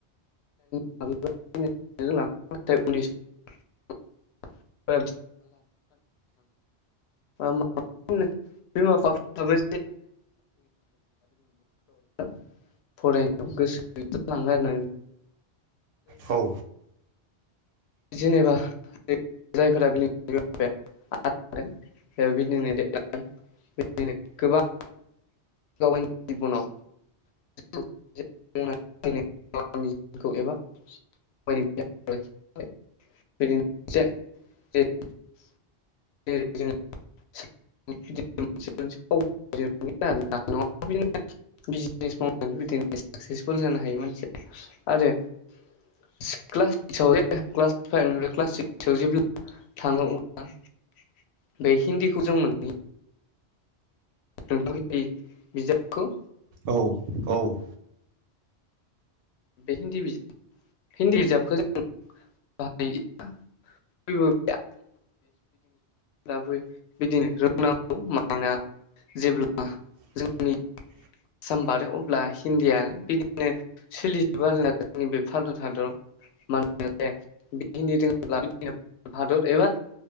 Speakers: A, on the left (about 75°); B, on the right (about 65°).
A: <unintelligible> <unintelligible> बिमा बिफाफ्राबो <unintelligible> फरायनायाव गोसो <unintelligible>
B: औ
A: जेनेबा जायफोरा <unintelligible> <unintelligible> गोबां गावगायनि जिबनाव <unintelligible> <unintelligible> एबा <unintelligible> <unintelligible> <unintelligible> <unintelligible> साकसेसफुल जानो हायो मानसिया आरो <unintelligible> <unintelligible> बे हिन्दीखौ जों मोनबोयो। <unintelligible> बिजाबखौ
B: औ औ।
A: बे हिन्दी बिजाब हिन्दी बिजाबखो जों <unintelligible> <unintelligible> दा बै बिदिनो रोंनांगौ मानोना जेब्ला
B: <inaudible>
A: जोंनि आसाम बारो अब्ला हिन्दीया बिदिनो सोलि एबार जोंनि बे भारत हादर मोेनोना बे हिन्दी दङब्ला बिदिनो हादर एबा